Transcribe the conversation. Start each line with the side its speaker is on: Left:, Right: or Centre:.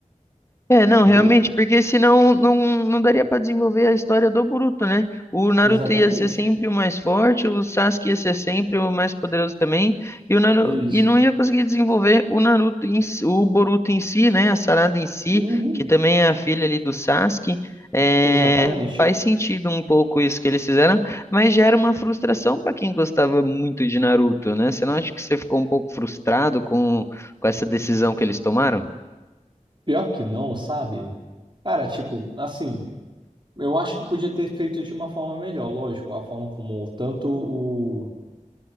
Left: É, não,
Right: Boru?
Left: realmente, porque senão não, não daria pra desenvolver a história do Boruto, né? O Naruto
Right: Exatamente.
Left: ia ser sempre o mais forte, o Sasuke ia ser sempre o mais poderoso também, e, o Naru...
Right: É Isso.
Left: e não ia conseguir desenvolver o Naruto em si- o Boruto em si, né? A Sarada em si,
Right: Uhum,
Left: que também é a filha ali do Sasuke. É,
Right: exatamente.
Left: faz sentido um pouco isso que eles fizeram, mas gera uma frustração pra quem gostava muito de Naruto, né? Você não acha que você ficou um pouco frustrado com, com essa decisão que eles tomaram?
Right: Pior que não, sabe? Cara, tipo, assim. Eu acho que podia ter feito de uma forma melhor, lógico, a forma como tanto o,